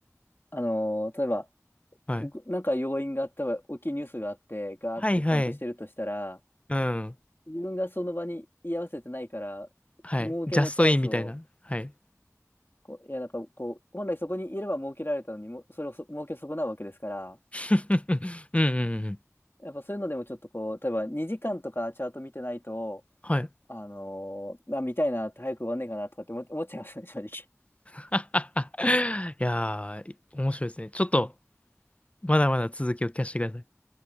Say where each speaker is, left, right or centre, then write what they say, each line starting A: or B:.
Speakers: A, on the left (about 45°); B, on the left (about 25°).
A: あのー例えば、
B: はい。
A: ぐなんか要因があったら、大きいニュースがあって、ガーってパンプしてるとしたら、
B: はいはい。うん。
A: 自分がその場に居合わせてないから、
B: はい。
A: 儲けのチャンスを、
B: ジャストインみたいな。はい。
A: こう、いや、なんかこう、本来そこにいれば儲けられたのにも、それをそ儲け損なうわけですから、
B: <laughs> うんうんうん
A: やっぱそういうのでもちょっとこう、例えば2時間とかチャート見てないと、
B: はい。
A: あのー、まあ、見たいな、早く終わんねえかなとかって思っ思っちゃいますね、正直。
B: <laughs> いやー、面白いですね。ちょっと、まだまだ続きを聞かせてください。